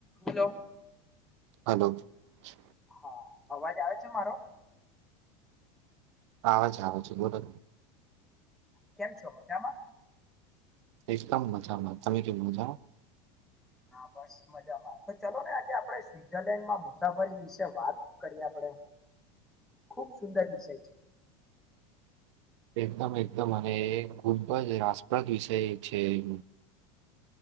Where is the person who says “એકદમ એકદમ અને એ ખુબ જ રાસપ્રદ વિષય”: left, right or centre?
Right